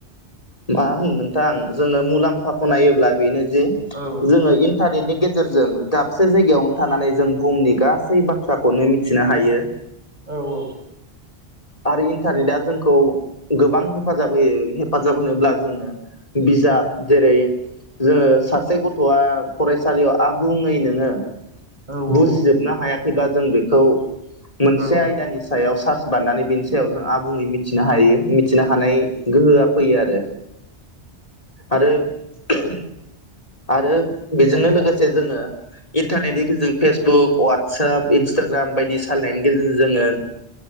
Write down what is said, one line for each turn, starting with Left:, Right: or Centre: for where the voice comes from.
Left: मा होनो नोंथां जोङो मुलाम्फाखौ नायोब्ला बेनो जे
Right: औ
Left: जोङो इन्टारनेटनि गेजेरजों दाब से जायगायावनो थानानै जों बुहुमनि गासै बाथ्राखौनो मिथिनो हायो।
Right: औ औ
Left: आरो इन्टारनेटआ जोंखौ गोबां हेफाजाब होयो। हेफाजाब होनोब्ला जोङो बिजाब जेरै जोङो सासे गथ'आ फरायसालियाव आबुङै नोङो
Right: औ औ
Left: बुजिजोबनो हायाखैबा जों बेखौ मोनसे
Right: औ
Left: आयदानि सायाव सार्च बारनानै बेनि सायाव जों आबुङै मिथिनो हायो मिथिनो हानाय गोहोआ फैयो आरो आरो <unintelligible> आरो बेजोंनो लोगोसे जोङो इन्थारनेटनि गेजेरजों फेसबुक वाटसाप इन्सटाग्राम बायदि सालायनायनि गेजेरजों जोङो